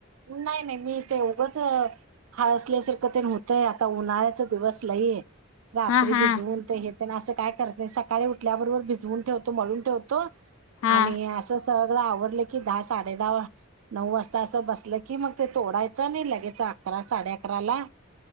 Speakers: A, on the right (about 80°); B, on the left (about 75°).
A: नाही-नाही. मी इथे उभं तर, आळसल्यासारखं तेन होतंय... आता उन्हाळ्याचं दिवस लई रात्री
B: हा हा
A: भिजवून ते हेन ते असं काय करत नाही, सकाळी उठल्याबरोबर भिजवून ठेवतो, मळून ठेवतो
B: हा
A: आणि असं सग सगळं आवरलं की दहा साडेदहा नऊ वाजता असं बसलं की मग ते तोडायचं नी लगेच अकरा साडे अकराला